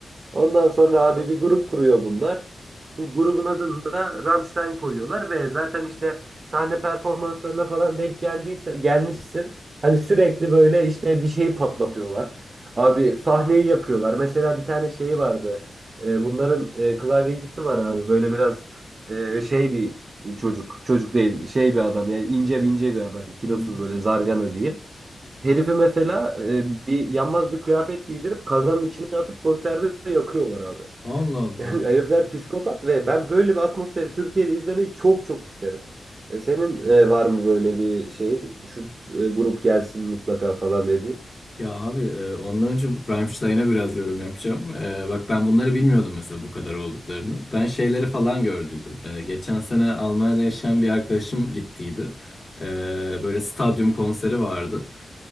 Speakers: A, on the right; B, on the left.
A: Ondan sonra abi bir grup kuruyor bunlar. Bu grubun adını da Rammstein koyuyorlar ve zaten işte sahne performanslarına falan denk geldiyse gelmişsin. Hani sürekli böyle işte bir şeyi patlatıyorlar. Abi sahneyi yakıyorlar. Mesela bir tane şeyi vardı. Ee, bunların e, klavyecisi var abi. Böyle biraz e, şey bir çocuk. Çocuk değil, şey bir adam. Yani ince ince bir adam. Kilosuz
B: Hı.
A: böyle zargana diyeyim. Herifi mesela e, bir yanmaz bir kıyafet giydirip kazanın içine atıp konserde de yakıyorlar abi. <laughs>
B: Allah Allah.
A: Yani herifler psikopat ve ben böyle bir atmosferi Türkiye'de izlemeyi çok çok isterim. E, Senin e, var mı böyle bir şey? Şu e, grup gelsin mutlaka falan dediğin.
B: Ya abi e, ondan önce Rammstein'a biraz yorum yapacağım. E, bak ben bunları bilmiyordum mesela bu kadar olduklarını. Ben şeyleri falan gördüydüm. E, geçen sene Almanya'da yaşayan bir arkadaşım gittiydi. E, böyle stadyum konseri vardı.